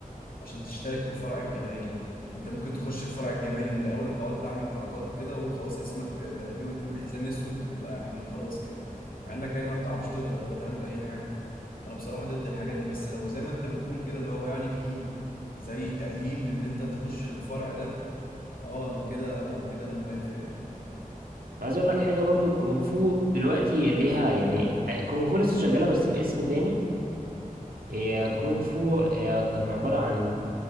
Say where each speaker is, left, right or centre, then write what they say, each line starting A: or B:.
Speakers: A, on the left; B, on the right.
A: عشان تشترك في الفرع الجمالي انت ممكن تخش الفرع الجمالي من الاول وتقعد تعمل حركات كده وخلاص اسمك كاراتيه ويدوك حزام اسود وتبقى يعني خلاص كده مع انك يعني ما بتعرفش تضرب ولا تعمل اي حاجه انا بصراحه ضد الحاجات دي بس لو زي ما انت بتقول كده اللي هو يعني في زي تأهيل لان انت تخش الفرع ده اه انا كده كده انا موافق يعني
B: عايز اقول لك حاجه برضو الكونغ فو دلوقتي ليها يعني كونغ فو لسه شغاله بس باسم تاني هي كونغ فو آه، كان عباره عن